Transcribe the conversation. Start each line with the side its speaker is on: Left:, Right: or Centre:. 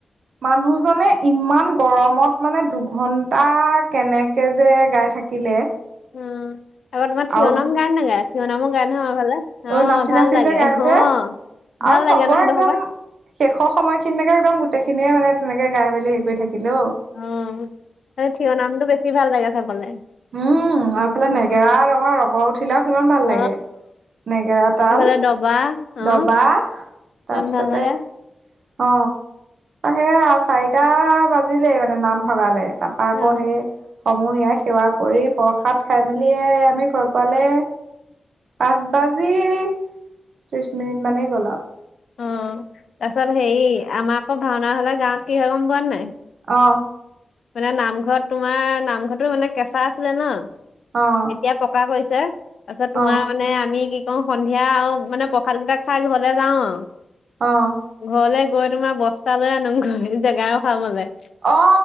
Right: মানুহজনে। ইমান গৰমত মানে দুঘন্টা কেনেকে যে গাই থাকিলে।
Left: অ আবাৰ তোমাৰ থিয়নাম
Right: আৰু
Left: গায় নাগায় থিয়নামক। গাই ন আমাৰ ফালে অ
Right: নাচি
Left: ভাল
Right: নাচি
Left: লাগে
Right: যে গাই
Left: অ।
Right: যে
Left: ভাল
Right: আৰু চব
Left: লাগে ন
Right: একদম
Left: সেইটো সময়ত
Right: শেষৰ সময়খিনিলকে একদম গোটেইখিনিয়ে মানে তেনেকে গাই মেলি হেৰি কৰি থাকে। হেল্ল'।
Left: উ থিয় নামটো বেছি ভাল লাগে চাবলে।
Right: উম আৰুফালে
Left: অ',
Right: নেগেৰা ৰগৰ ৰগৰ উঠিলেও কিমান ভাল
Left: অ
Right: লাগে। নেগেৰা তাল
Left: এইফালে দবা অ',
Right: দবা তাৰপিছতে।
Left: ইমান ভাল লাগে।
Right: অ সে চাৰিটা বাজিলেই মানে নাম ভগালে। তাৰাপা আকৌ
Left: অ
Right: সেই। মূহীয়া সেৱা কৰি প্ৰসাদ খাই মেলি আমি ঘৰ পালে। পাঁচ বাজি ত্ৰিশ মিনিট মানেই গ'ল আও।
Left: অ তাৰ পিছত হেৰি আমাৰ আকৌ ভাওনা হলে গাঁৱত কি হয় গম পোৱা নাই।
Right: অহ।
Left: মানে নামঘৰত তোমাৰ নামঘৰতটো মানে কেঁচা আছিলে ন
Right: আহ
Left: এতিয়া পকা কৰিছিল। তাৰপিছত তোমাৰ
Right: আহ
Left: মানে আমি কি কৰো সন্ধিয়া আৰু মানে প্ৰসাদ কেইটাক খাই ঘৰলে যাও আৰু।
Right: আহ
Left: ঘৰলে গৈ তোমাৰ বস্তা লৈ আনো ঘৈ জেগাও খাবলৈ।
Right: অ